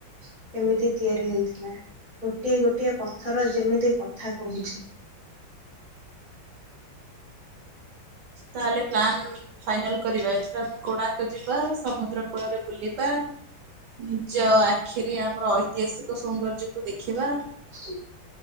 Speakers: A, on the left (about 45°); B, on the right (about 70°).
A: କେମିତି ତିଆରି ହେଇଥିଲା ଗୋଟିଏ ଗୋଟିଏ ପଥର ଯେମିତି କଥା କହୁଛି।
B: ତାହେଲେ ପ୍ଲାନ ଫାଇନାଲ କରିବା ଏଥିରେ ଆମେ କୋଣାର୍କ ଯିବା ସମୁଦ୍ର କୁଳରେ ବୁଲିବା। ନିଜ ଆଖିରେ ଆମର ଐତିହାସିକ ସୌନ୍ଦର୍ଯ୍ୟକୁୁ ଦେଖିବା।
A: ଶ